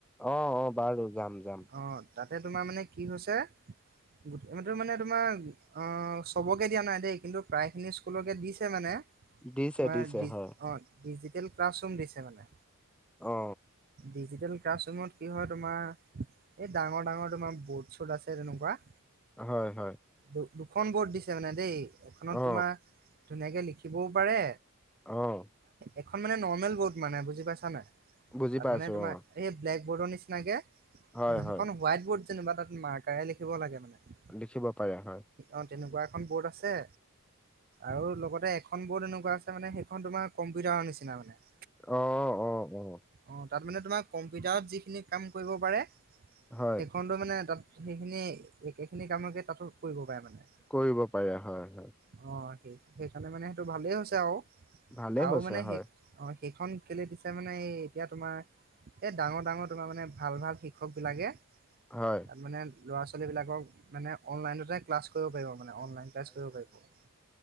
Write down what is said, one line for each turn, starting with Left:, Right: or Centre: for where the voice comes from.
Centre: অ অ বাৰু যাম যাম
Right: অঁ। তাতে তোমাৰ মানে কি হৈছে সেইটো মানে। তোমাৰ অ চবকে দিয়া নাই দেই, কিন্তু প্ৰায় খিনি স্কুলকে দিছে মানে।
Centre: দিছে
Right: তোমাৰ
Centre: দিছে হয়
Right: অ ডিজিটেল ক্লাছৰুম দিছে মানে।
Centre: অ।
Right: ডিজিটেল ক্লাছৰুমত কি হয় তোমাৰ। এই ডাঙৰ ডাঙৰ তোমাৰ বট চট আছে তেনেকুৱা।
Centre: হয় হয়।
Right: দু দুখন বৰ্ড দিছে মানে দেই, এখনত
Centre: অ
Right: তোমাৰ ধুনীয়াকে লিখিবও পাৰে।
Centre: অহ।
Right: এইখন মানে নৰ্মেল বৰ্ড মানে বুজি পাইছা নাই তাত
Centre: বুজি পাইছো
Right: মানে তোমাৰ।
Centre: অ
Right: এই ব্লেক বৰ্ডৰ নিচিনাকে
Centre: হয়
Right: সেইখন
Centre: হয়
Right: হোৱাইট বৰ্ড যেনিবা তাত মাৰ্কাৰে লিখিব লাগে মানে।
Centre: লিখিব। পাৰে হয়
Right: অ তেনেকুৱা এখন বৰ্ড আছে। আৰু লগতে এখন বৰ্ড এনেকুৱা আছে মানে সেইখন তোমাৰ কম্পিউটাৰৰ নিচিনা মানে।
Centre: অ অ অ।
Right: অ তাত মানে তোমাৰ কম্পিউটাৰত যিখিনি কাম কৰিব পাৰে সেইখন।
Centre: হয়
Right: মানে তাত সেইখিনি একে খিনি কামকে তাতো কৰিব পাৰে মানে।
Centre: কৰিব পাৰে হয় হয়।
Right: অ সেই সেইকাৰণে মানে সেইটো ভালেই হৈছে আৰু
Centre: ভালে
Right: আৰু
Centre: হৈছে
Right: মানে সেই।
Centre: হয়
Right: অ সেইখন কেলে দিছে মানে এই এতিয়া তোমাৰ। এ ডাঙৰ ডাঙৰ তোমাৰ মানে ভাল ভাল শিক্ষক বিলাকে।
Centre: হয়।
Right: তাত মানে ল'ৰা ছোৱালীবিলাকক মানে অনলাইনতে ক্লাছ কৰিব পাৰিব মানে অনলাইন। ক্লাছ কৰিব পাৰিব।